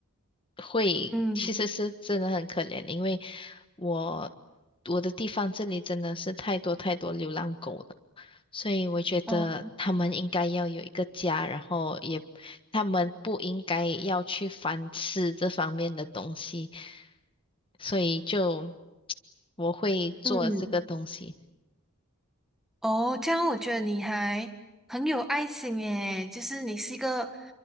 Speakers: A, on the left; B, in the centre.
A: 会其实是真的很可怜，
B: 嗯
A: 因为我我的地方这里真的是太多太多流浪狗了。所以我觉得他们应该要有一个家，
B: 哦，
A: 然后也他们不应该要去反思这方面的东西，所以就 <tsk> 我会做这个东西。
B: 嗯，哦，这样我觉得你还很有爱心耶，就是你是一个